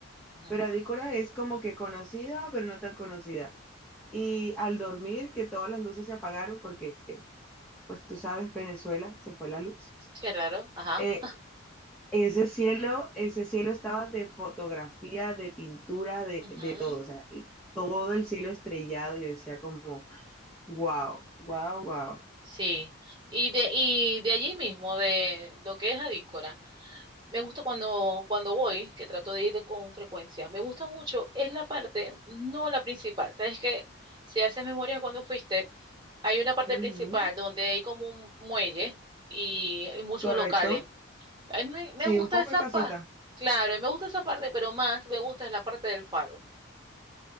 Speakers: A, on the right; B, in the centre.
A: ujú.
B: Pero Adícora es como que conocida, pero no tan conocida. Y al dormir, que todas las luces se apagaron, porque pues tú sabes, Venezuela se fue la luz.
A: Qué raro, ajá.
B: Eh, ese cielo, ese cielo estaba de fotografía, de pintura, de,
A: Ujú.
B: de todo. O sea, y todo el cielo estrellado. Yo decía como, wow, wow, wow.
A: Sí, y de, y de allí mismo, de lo que es Adícora, me gusta cuando, cuando voy, que trato de ir con frecuencia, me gusta mucho, es la parte, no la principal, sabes que si haces memoria cuando fuiste, hay una parte
B: Ujú,
A: principal donde hay como un muelle y hay muchos
B: Correcto.
A: locales. A mí me, me
B: Sí,
A: gusta
B: un poco
A: esa
B: de casita.
A: parte, claro, y me gusta esa parte, pero más me gusta es la parte del faro.